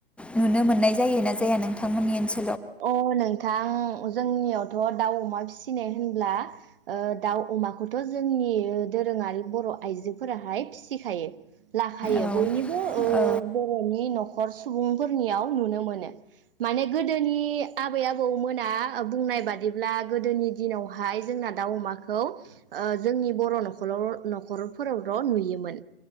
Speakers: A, in the centre; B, on the right.
A: नुनो मोननाय जायो ना जाया नोंथांमोननि ओनसो
B: अ नोंथां जोंनियावथ' दाउ अमा फिसिनाय होनब्ला ओ दाउ अमाखौथ' जोंनि दोरोङारि बर' आइजोफोराहाय फिसिखायो। लाखायो
A: औ
B: बयनिबो ओ
A: औ
B: बर'नि न'ख खर सुबुंफोरनियाव नुनो मोनो माने गोदो गोदोनि आबै आबौमोना बुंनाय बादिब्ला गोदोनि दिनावहाय जोंना दाउ अमाखौ ओ जोंनि बर' नखर न'खरफोरावल' नुयोमोन